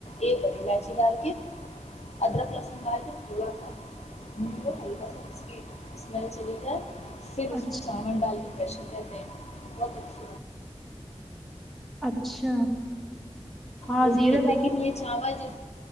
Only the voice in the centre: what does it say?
اچھا
اچھا ہاں
زیرا
رائس